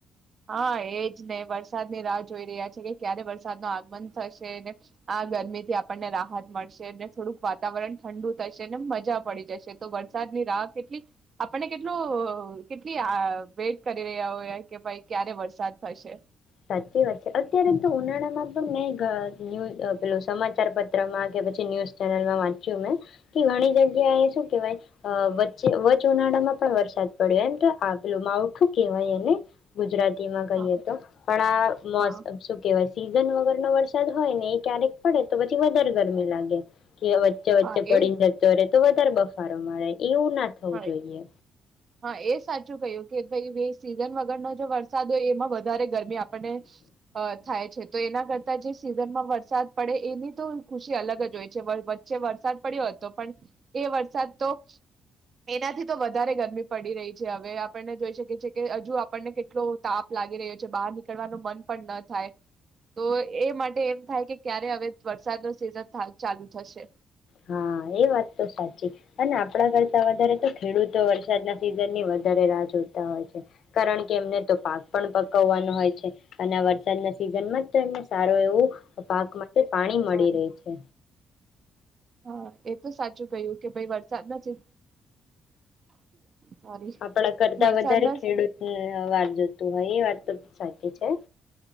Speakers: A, on the right (about 45°); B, on the left (about 65°).
A: હા એજ ને વરસાદની રાહ જોઈ રહ્યા છે કે ક્યારે વરસાદ નું આગમન થશે ને આ ગરમી થી આપણને રાહત મળશે ને થોડુંક વાતાવરણ ઠંડુ થશે ને મજા પડી જશે તો વરસાદની રાહ કેટલી આપણને કેટલું અ કેટલી વેટ કરી રહ્યા હોય કે ભાઈ ક્યારે વરસાદ થશે.
B: સાચી વાત છે અત્યારે તો ઉનાળામાં પણ મેં ન્યૂ પેલું સમાચાર પત્રમાં કે પછી ન્યુઝ ચેનલમાં વાંચ્યું મેં કે ઘણી જગ્યા એ શું કેહવાય વચ્ચે વચ ઉનાળામાં પણ વરસાદ પડ્યો એમ તો આ પેલું માવઠું કેહવાય અને ગુજરાત તીમાં કઈએ
A: હા
B: તો પણ આ મોસ
A: હા
B: આ શું કેવાય છે સી સીઝન વગરનો વરસાદ હોય ને એ ક્યારેક પડે તો પછી વધારે ગરમી લાગે. કે વચ્ચે વચ્ચે
A: હા
B: પડીને
A: એ
B: જતો રે. તો વધારે બફારો મારે. એવું ના થવું
A: હા
B: જોઈએ.
A: હા એ સાચું ક્યું કે ભઈ સીઝન વગરનો જો વરસાદ હોય એમાં વ વધારે ગરમી આપણને અ થાય છે તો એના કરતા જે સીઝનમાં વરસાદ પડે એની તો ખુશી અલગ જ હોય છે વચ્ચે વરસાદ પડ્યો હતો પણ એ વરસાદ તો એનાથી તો વધારે ગરમી પડી રહી છે હવે આપણને જોઈ શકીએ છેએ કે હજુ આપણને કેટલો તાપ લાગી રહ્યો છે બહાર નીકળવાનું મન પણ ન થાય, તો એ માટે એમ થાય કે ક્યારે હવે વરસાદ ન સિઝન ચાલુ થશે.
B: હા એ વાત તો સાચી અને આપણા કરતા વધારે તો ખેડૂતો વરસાદના સિઝન ની વધારે રાહ જોતા હોય છે, કારણ કે એમને તો પાક પણ પકવવાનો હોય. છે અને વરસાદના સિઝન માં જ એમને સારો એવું પાક માટે પાણી મળી
A: સોરી
B: રહી છે.
A: હા એ તો સાચું કયું કે ભાઈ વરસાદના સિ સોરી
B: આપડા કરતા
A: વરસાદના
B: વધારે ખેડૂતને વાર જોતું. હા એ વાત તો સાચી છે.